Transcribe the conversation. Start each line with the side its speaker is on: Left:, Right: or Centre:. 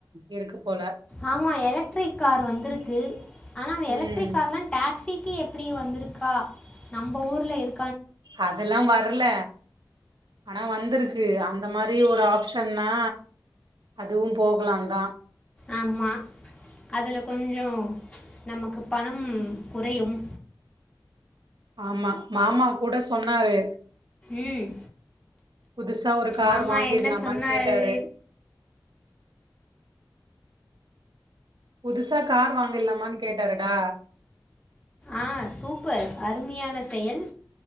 Right: இருக்கு போல
Left: ஆமா எல க்ட்ரிக் கார் வந்திருக்கு ஆனா அந்த
Right: ம்
Left: எலக்ட்ரிக் கார்லாம் ட ஸிக்கு எப்டி வந்திருக்கா நம்ப ஊருல இரு
Right: அதெல்லாம் வரல ஆனா வந்திருக்கு அந்த மாரி ஒரு ஆப் ப்ஷன்னா அதுவும் போகலாந்தான்
Left: ஆமா அதுல கொஞ்சோ நமக்கு பணம் குறையும்
Right: ஆமா மாமா கூட சொன்னாரு
Left: ம்
Right: புதுசா ஒரு கார்
Left: மாமா
Right: வாங்கிடலாமான்னு
Left: என்ன சொன்னார்
Right: கேட்டாரு புதுசா கார் வாங்கிட்லாமான்னு கேட்டாருடா
Left: ஆ சூப்பர் அருமையான செயல்